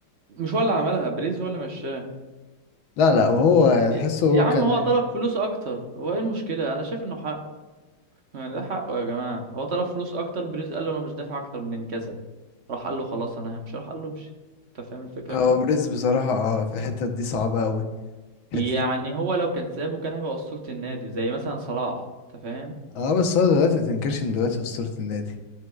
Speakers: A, on the right (about 45°); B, on the left (about 85°).
A: مش هو اللي عملها بريز هو اللي مشاه
B: لا لا وهو يعني أحسه
A: يا
B: هو
A: يا عم
B: كان
A: هو
B: عايز-
A: طلب فلوس اكتر هو ايه المشكله انا شايف انه حقه يعني ده حقه يا جماعه هو طلب فلوس اكتر بريز قال له انا مش دافع اكتر من كذا راح قال له خلاص انا همشي راح قال له امشي انت فاهم الفكره
B: هو
A: فين
B: بريز بصراحة اه في الحتة دي صعبة أوي حتة
A: يعني هو لو كان سابه كان هيبقى اسطوره النادي زي مثلا صلاح انت فاهم
B: <laughs> اه بس هو دلوقتي متنكرش إن دلوقتي أسطورة النادي